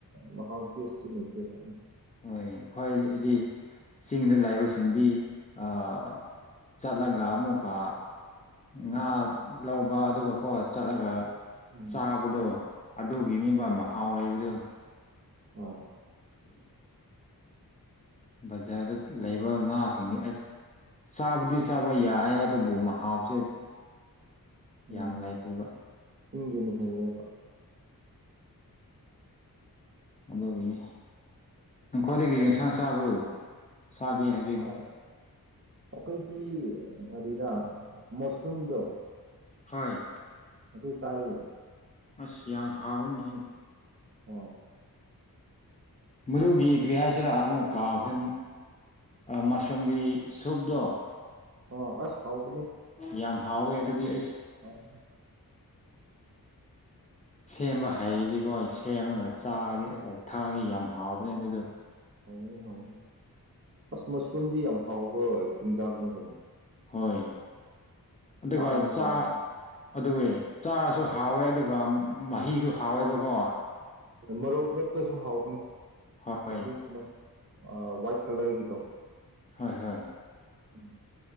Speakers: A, on the right; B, on the left.
A: ꯃꯍꯥꯎꯗꯤ ꯇꯦꯁꯇꯤ ꯂꯩꯇꯦꯕ꯫
B: ꯍꯣꯏ ꯈ꯭ꯋꯥꯏꯗꯤ ꯆꯤꯡꯗ ꯂꯩꯕꯁꯤꯡꯗꯤ ꯑꯥ ꯆꯠꯂꯒ ꯑꯃꯨꯛꯀ
A: ꯎꯝ
B: ꯉꯥ ꯂꯧꯕ ꯑꯗꯨꯒꯀꯣ ꯆꯠꯂꯒ,
A: ꯎꯝ
B: ꯆꯥꯕꯗꯣ ꯑꯗꯨꯒꯤꯅꯦꯕ ꯃꯍꯥꯎ ꯂꯩꯕꯗꯨ꯫
A: ꯍꯣꯏ꯫
B: <inaudible> ꯕꯖꯥꯔꯗ ꯂꯩꯕ ꯉꯥꯁꯤꯡꯗꯤ ꯑꯁ꯫ ꯆꯥꯕꯗꯤ ꯆꯥꯕ ꯌꯥꯏ ꯑꯗꯨꯕꯨ ꯃꯍꯥꯎꯁꯦ ꯌꯥꯝ
A: ꯎꯝ
B: ꯂꯩꯇꯦꯕ
A: ꯆꯤꯡꯒꯤꯅ ꯍꯦꯜꯂꯦꯕ꯫
B: ꯑꯗꯨꯒꯤꯅꯤ ꯅꯈꯣꯏꯗꯤ ꯀꯔꯤ ꯌꯦꯟꯁꯥꯡ ꯆꯥꯕ꯭ꯔꯨ ꯆꯥꯒꯦ ꯍꯥꯏ
A: ꯑ ꯑꯈꯣꯏꯗꯤ ꯀꯔꯤꯔ ꯃꯣꯁꯔꯨꯝꯗꯣ꯫
B: ꯍꯣꯏ
A: ꯑꯗꯨ ꯇꯥꯏꯌꯣ
B: ꯑꯁ ꯌꯥꯝ ꯍꯥꯎꯔꯅꯤꯍꯦ
A: ꯑꯣꯏ
B: ꯃꯨꯔꯨꯒꯤ ꯀ꯭ꯔꯤ ꯍꯥꯏꯁꯤꯔ ꯑꯃꯨꯛ ꯀꯥꯎꯈ꯭ꯔꯦ ꯑ ꯃꯁꯔꯨꯝꯒꯤ ꯁꯨꯞꯇꯣ
A: ꯑꯣ ꯑꯁ ꯍꯥꯎꯕꯅꯤ
B: ꯌꯥꯝ ꯍꯥꯎꯋꯦ ꯑꯗꯨꯗꯤ ꯑꯩꯁ
A: ꯑꯣ <unintelligible>
B: ꯁꯦꯝꯕ ꯍꯩꯔꯗꯤꯀꯣ ꯑꯩ ꯁꯦꯝꯃꯒ ꯆꯥꯔꯗꯤ ꯑꯁ ꯊꯥꯡꯗꯤ ꯌꯥꯝ ꯍꯥꯎꯕꯅꯦ ꯑꯗꯨꯗꯣ
A: ꯍꯥꯎꯕꯅꯤ ꯍꯥꯎꯕꯅꯤ ꯑꯁ ꯃꯁꯔꯨꯝꯗꯤ ꯌꯥꯝ ꯍꯥꯎꯕ ꯆꯤꯟꯖꯥꯛꯅꯤ ꯀꯩꯅꯣ
B: ꯍꯣꯏ ꯑꯗꯨꯒ
A: ꯇꯥꯡꯁꯨ
B: ꯆꯥ
A: ꯇꯥꯡꯉꯤ
B: ꯑꯗꯨꯋꯦ ꯆꯥꯔꯁꯨ ꯍꯥꯎꯋꯦ ꯑꯗꯨꯒ ꯃꯍꯤꯗꯨ ꯍꯥꯎꯋꯦꯕꯀꯣ
A: ꯃꯔꫭꯛ ꯃꯦꯠꯄꯁꯨ ꯍꯥꯎꯕꯅꯦ
B: ꯍꯣꯏ
A: ꯑꯗꯨꯏ ꯃꯁ ꯑ ꯋꯥꯏꯠ ꯀꯂꯔꯒꯤꯗꯣ
B: ꯍꯣꯏ ꯍꯣꯏ
A: ꯇꯟꯅꯣ